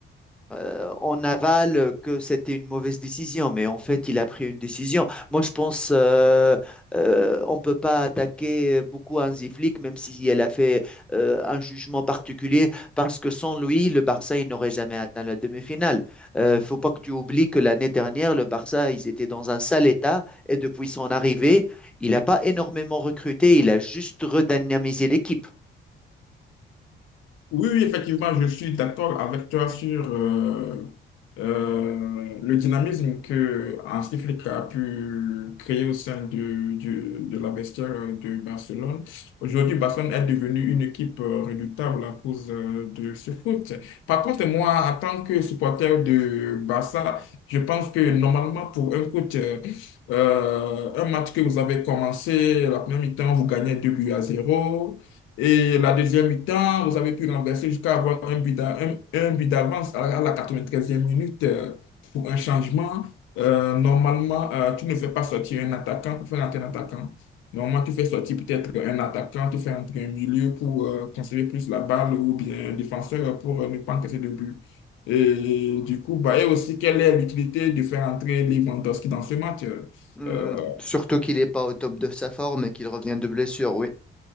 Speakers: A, in the centre; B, on the left.
A: euh, en aval euh, que c'était une mauvaise décision, mais en fait, il a pris une décision. Moi, je pense euh, euh, on ne peut pas attaquer beaucoup Hansi Flick, même si elle a fait euh, un jugement particulier, parce que sans lui, le Barça, il n'aurait jamais atteint la demi-finale. ne faut pas que tu oublies que l'année dernière, le Barça, ils étaient dans un sale état, et depuis son arrivée, il n'a pas énormément recruté, il a juste redynamisé l'équipe.
B: Oui, oui, effectivement, je suis d'accord avec toi sur euh, euh, le dynamisme que Hansi Flick a pu créer au sein de, du- de la vestiaire de Barcelone. Aujourd'hui, Barcelone est devenue une équipe euh, redoutable à cause euh, de ce foot. Par contre, moi, en tant que supporter de Barça, je pense que normalement, pour un coach, euh, euh, un match que vous avez commencé, la première mi-temps, vous gagnez 2 buts à zéro. Et la deuxième mi-temps, vous avez pu renverser jusqu'à avoir un but d'a- un- un but d'avance à la à la 93e minute euh, pour un changement. Euh, normalement, euh, tu ne fais pas sortir un attaquant pour faire entrer un attaquant. Normalement, tu fais sortir peut-être un attaquant, tu fais entrer un milieu pour euh, conserver plus la balle ou bien un défenseur pour euh, ne pas encaisser de but. Et du coup, bah, et aussi, quelle est l'utilité de faire entrer Lewandowski dans ce match? euh,
A: Hmm,
B: euh,
A: surtout qu'il n'est pas au top de sa forme et qu'il revient de blessure, oui.